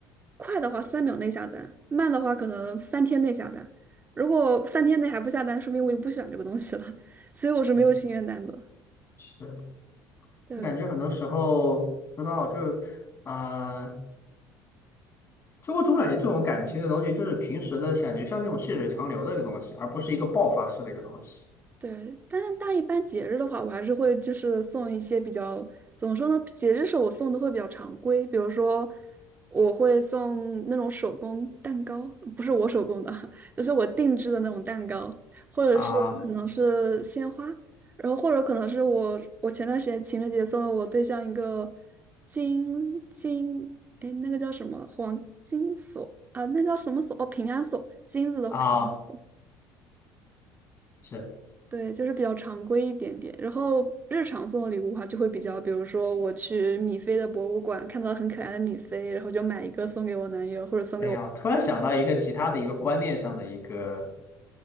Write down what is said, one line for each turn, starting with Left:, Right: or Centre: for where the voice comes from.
Right: 快的话三秒内下单，慢的话可能三天内下单。如果三天内还不下单，说明我就不喜欢这个东西了，<laughs> 所以我是没有心愿单的。
Left: 嗯，是。的。
Right: 对，
Left: 我感觉很多时候不知道，就呃，就我总感觉这种感情的东西，就是平时的感觉像那种细水长流的一个东西，而不是一个爆发式的一个东西
Right: 对，但是但一般节日的话，我还是会就是送一些比较怎么说呢？节日时候我送的会比较常规，比如说我会送那种手工蛋糕，不是我手工的，<laughs> 就是我定制的那种蛋糕，或者是可能是鲜花，
Left: 啊
Right: 然后或者可能是我我前段时间情人节送了我对象一个金金，哎，那个叫什么黄金锁啊？那叫什么锁？哦，平安锁，金子的平安锁。
Left: 啊，是。
Right: 对，就是比较常规一点点。然后日常送的礼物的话，就会比较，比如说我去米菲的博物馆看到很可爱的米菲，然后就买一个送给我男友，或者送给我，
Left: 哎呀，我突然想到一个其他的一个观念上的一个